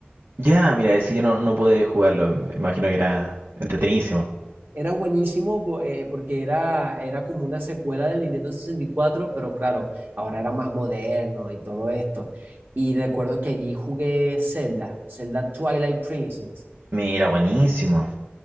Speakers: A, on the right; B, on the right.
A: Ya, mira, ese yo no, no pude jugarlo. Me imagino que era entretenidísimo.
B: Era buenísimo bo- eh, porque era, era como una secuela del Nintendo 64, pero claro, ahora era más moderno y todo esto. Y recuerdo que allí jugué Zelda, Zelda Twilight Princess.
A: Mira, buenísimo.